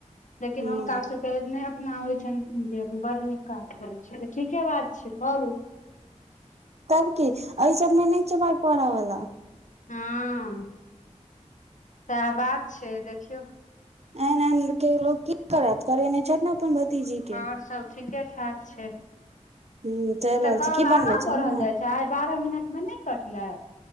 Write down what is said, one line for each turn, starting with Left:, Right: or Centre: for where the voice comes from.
Left: लेकिन
Right: हँ
Left: हुनका स नहि अपना होइ छनि जे बड़ नीक काज करैत छै तऽ ठीके बात छै करू
Right: तब की एहि सब मे नहि छै भाइ पोराा वालला
Left: हँ सएह बात छै देखियौ
Right: एन ऐन ककरो लोक की करत करै नहि छथि ने अपन भतीजी के
Left: आओर सब ठीके ठाक छै ई
Right: ह चलि रहल
Left: तऽ कॉल
Right: छी की बनबै
Left: आगा
Right: छै
Left: बढ़ल
Right: ने
Left: जाइ छै आइ बारह मिनट मे नहि कटले